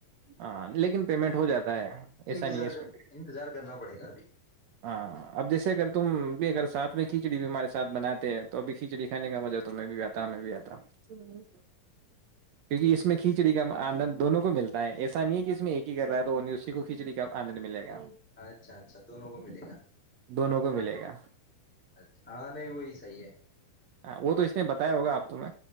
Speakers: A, on the right; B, in the centre.
A: ہاں لیکن پیمنٹ ہو جاتا ہے ایسا
B: انتظار
A: نہیں ہے اس میں
B: انتظار کرنا پڑے گا ابھی
A: ہاں اب جیسے اگر تم بھی اگر ساتھ میں کھچڑی بھی ہمارے ساتھ بناتے ہیں تو ابھی کھچڑی کھانے کا مزہ توہیں بھی آتا ہمیں بھی آتا <unintelligible> کیونکہ اس میں کھچڑی کا آنند دونوں کو ملتا ہے ایسا نہیں ہے کہ اس میں ایک ہی کر رہا ہے تو وہ نہیں اسی کو کھچڑی کا آنند ملےا
B: اچھا اچھا دونوں کو میں ملے گا
A: دونوں کو ملے گا
B: اچھا ہاں نہیں وہی صحیح ہے
A: ہاں وہ تو اس نے بتایا ہوگا آپ تم